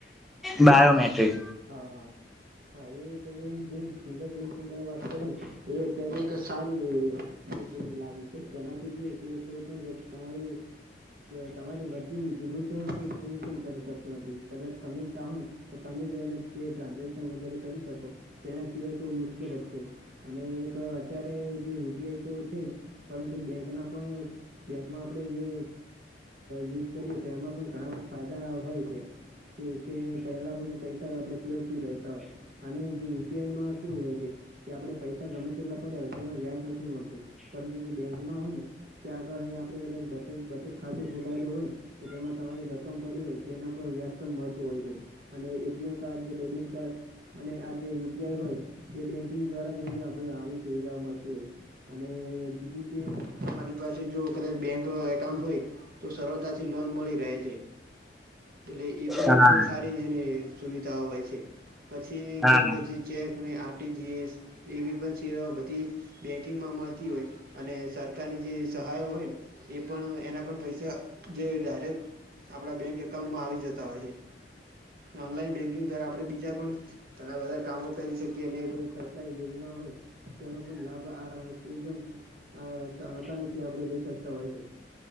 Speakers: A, in the centre; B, on the right.
A: બાયોમેટ્રિક,
B: હા, હા. હા એતો એજે ફિંગર પ્રિ -વાત કરીને એ અત્યારે એક સારી એ. <inaudible> લાવી છે, જેનાથી કું કે કોઈપણ વ્યક્તિ તમારી, <unintelligible> <inaudible> કોઈપણ કરી શકતું નથી કદાચ તમે જને તો તમે જ એને, <inaudible> <unintelligible> તે ટ્રાન્ઝેક્શન વગેરે કરી શકો તેના સિવાય તો મુશ્કેલ જ છે, અને એક અત્યારે જે યુપીઆઈ તો છે, પરંતુ બેંકના પણ. બેંકમાં આપણે જે, યુઝ કરીએ તો એમાં પણ ઘણા બધા ફાયદા હોય છે, તોકે પહેલાં બધું પૈસા- આપણે સુરક્ષિત રહેતા - અને જે યુપીઆઈમાં કેવું હોય છે, કે આપણે પૈસા ગમે તેટલા પડ્યા હોય તેમાં વ્યાજ નથી મળતું. પરંતુ જે બેંકમાં હોય ને ત્યાં આગળને આપણે કદાચ <unintelligible> બચતખાતું ખોલાયેલું હોય, તો તેમાં તમારી રકમ પડી હોય તેના પર વ્યાજ પણ મળતું હોય છે, અને- <unintelligible> એમકાર્ડ જે ડેબિટકાર્ડ અને આજે યુ. પી. આઈ હોય- તે બેન્કિંગ દ્વારા જેની આપણે આવી સુવિધા મળતી હોય- અને બીજું કે તમારી પાસે જો કદાચ બેંક એકાઉન્ટ હોય- તો સરળતાથી લોન મળી રહે છે, એટલે એ પણ
A: હા
B: એક સારી- જેની સુવિધાઓ હોય છે, પછી એક
A: હા
B: એક જે ચેકને આર. ટી. જી. એસ, એની પછી આ બધી - બેંકિંગમાં મળતી હોય અને સરકારની જે સહાયો હોય, એ પણ એના પણ પૈસા જે ડાયરેક આપણા બેંક એકાઉન્ટમાં આવી જતા હોય- ઓનલાઈન બેન્કિંગ દ્વારા આપણે બીજાપણ, ઘણા બધા કામો કરી શકીએ અને કોઈ સરકારી યોજના હોય, તેનો પણ લાભ આ <unintelligible> આસાનીથી આપણે લઈ શકતા હોય છે.